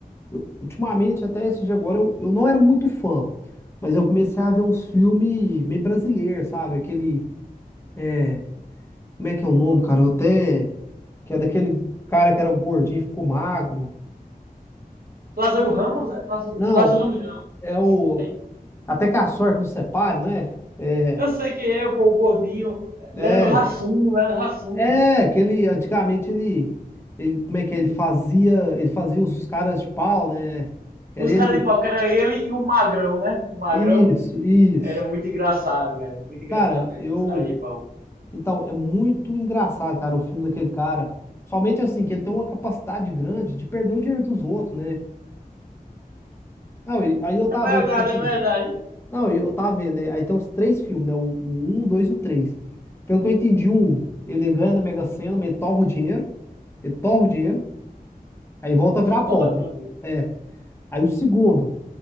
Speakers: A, on the left; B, on the right.
A: eu, eu- ultimamente até esse dia agora eu, eu não era muito fã, mas eu comecei a ver uns filmes meio brasileiros, sabe? Aquele é, como é que é o nome, cara? Eu até que é daquele cara que era gordinho e ficou magro.
B: Lázaro Ramos? é? Lázaro,
A: Não,
B: Lázaro Ramos não.
A: é o
B: É-
A: Até que a sorte nos separe, não é? É,
B: Eu sei que é, pô, o gordinho.
A: é.
B: Leandro Hassum, Leandro Hassum.
A: É, que ele antigamente ele, ele como é que é? Ele fazia, ele fazia os caras de pau, né? Que era
B: Os
A: ele.
B: caras de pau, que era ele e o Magrão, né? O Magrão
A: Isso, isso.
B: era muito engraçado, velho. Muito engraçado
A: Cara,
B: mesmo,
A: eu
B: os caras de pau.
A: então é muito engraçado, cara, o filme daquele cara. Somente assim que ele tem uma capacidade grande de perder o dinheiro dos outros, né? Não, e aí eu tava
B: É verdade,
A: vendo, tipo assim,
B: é verdade.
A: não, e eu tava vendo, né? Aí tem uns três filmes, né? O, o um, dois e o três. Pelo que eu entendi, o um, ele ganha na Mega Sena, mas ele torra o dinheiro, ele torra o dinheiro, aí volta a virar pobre.
B: Torra tudo isso.
A: É. Aí o segundo,